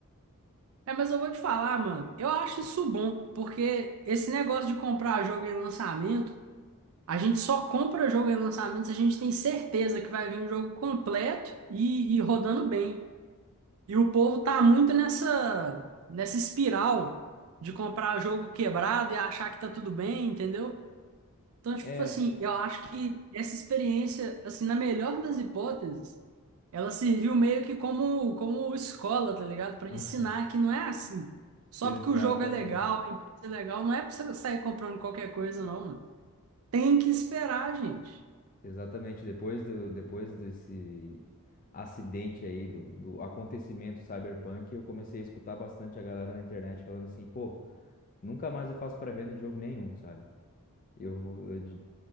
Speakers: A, on the right; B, on the left.
A: É, mas eu vou te falar, mano. Eu acho isso bom, porque esse negócio de comprar jogo em lançamento, a gente só compra jogo em lançamento se a gente tem certeza que vai vir um jogo completo e, e rodando bem. E o povo tá muito nessa nessa espiral de comprar jogo quebrado e achar que tá tudo bem, entendeu? Então,
B: É,
A: tipo assim, eu acho que essa experiência, assim, na melhor das hipóteses, ela serviu meio que como como escola, tá ligado? Pra
B: <laughs>
A: ensinar que não é assim. Só
B: exatamente.
A: porque o jogo é legal, a empresa é legal, não é pra você sair comprando qualquer coisa, não, mano. Tem que esperar, gente.
B: Exatamente, depois do, depois desse acidente aí, do, do acontecimento Cyberpunk, eu comecei a escutar bastante a galera na internet falando assim, pô, nunca mais eu faço pré-venda de jogo nenhum, sabe? Eu, vou- eu de-